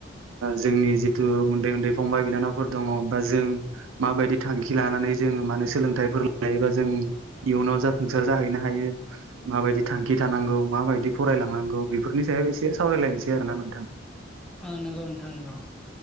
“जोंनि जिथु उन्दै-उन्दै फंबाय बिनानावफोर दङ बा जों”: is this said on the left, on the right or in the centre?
Right